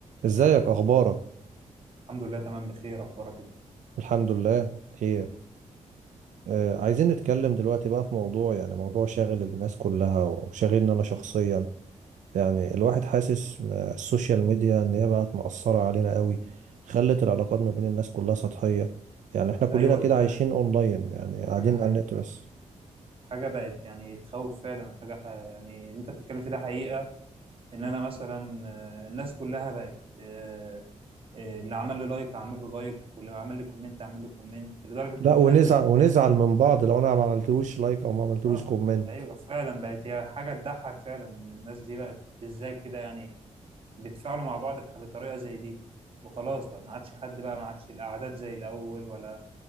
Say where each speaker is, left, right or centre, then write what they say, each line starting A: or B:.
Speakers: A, on the right; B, on the right.
A: ازيك اخبارك
B: الحمد لله تمام بخير اخبارك انت
A: الحمد لله خير آه عايزين نتكلم دلوقتي بقى في موضوع يعني موضوع شاغل الناس كلها وشاغلني انا شخصيا يعني الواحد حاسس آه، السوشيال ميديا ان هي بقت مأثرة علينا قوي خلت العلاقات ما بين الناس كلها سطحية يعني احنا كلنا
B: ايوه
A: كده
B: دي فعلا
A: عايشين اونلاين يعني
B: حاجه
A: قاعدين
B: حقيقة.
A: على النت بس
B: حاجه بقت يعني تخوف فعلا حاجه ح... يعني اللي انت بتتكلم فيه ده حقيقه ان انا مثلا آه، الناس كلها بقت آه، آه، اللي عمل لي لايك اعمل له لايك واللي عمل لي كومنت اعمل له كومنت لدرجه
A: لا
B: ان في
A: ونزعل
B: ناس بقت بتزعل
A: ونزعل من بعض لو انا
B: اه
A: ما عملتلوش لايك او ما عملتلوش
B: آه.
A: كومنت
B: ايوه فعلا بقت هي حاجه تضحك فعلا إن الناس دي بقت ازاي كده يعني بيتفاعلوا مع بعض بح- بطريقه زي دي وخلاص بقى ما عادش حد بقى ما عادش الاعداد زي الاول ولا